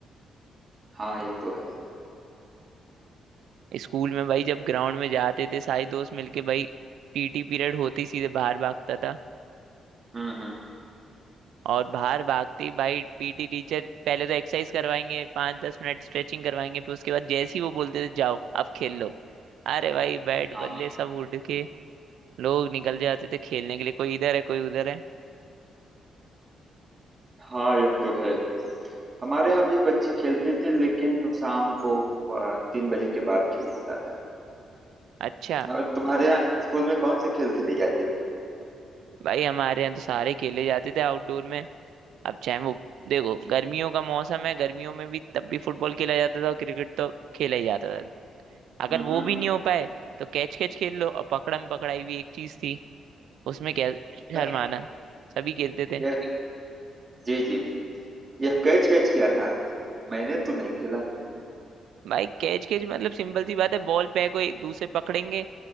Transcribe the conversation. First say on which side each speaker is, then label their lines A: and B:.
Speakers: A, on the right; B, on the right.
A: हाँ यह तो है
B: स्कूल में भाई जब ग्राउंड में जाते थे सारे दोस्त मिलके भाई पीटी पीरियड होते ही सीधे बाहर भागता था
A: हम्म हम्म
B: और बाहर भागते ही भाई पीटी टीचर पहले तो एक्सरसाइज करवाएंगे पाँच दस मिनट स्ट्रेचिंग करवाएंगे फिर उसके बाद जैसे ही वो बोलते थे जाओ अब खेल लो अरे भाई बैट
A: हम
B: बल्ले सब उड़ के लोग निकल जाते थे खेलने के लिए कोई इधर है कोई उधर है
A: हाँ यह तो है हमारे यहाँ भी बच्चे खेलते थे लेकिन शाम को वह, तीन बजे के बाद खेल होता था
B: अच्छा
A: और तुम्हारे यहाँ स्कूल में कौन से खेल खेले जाते थे
B: भाई हमारे यहाँ तो सारे खेले जाते थे आउटडोर में अब चाहे वो देखो गर्मियों का मौसम है गर्मियों में भी तब भी फुटबॉल खेला जाता था क्रिकेट तो खेला ही जाता था अगर
A: हम्म
B: वो
A: हम्म।
B: भी नहीं हो पाए तो कैच कैच खेल लो और पकड़म पकड़ाई भी एक चीज थी उसमें क्या
A: अच्छा
B: शर्माना सभी खेलते थे
A: यह जी जी यह कैच कैच किया था मैंने तो नहीं खेला
B: भाई कैच कैच मतलब सिंपल सी बात है बॉल पे को एक दूसरे पकड़ेंगे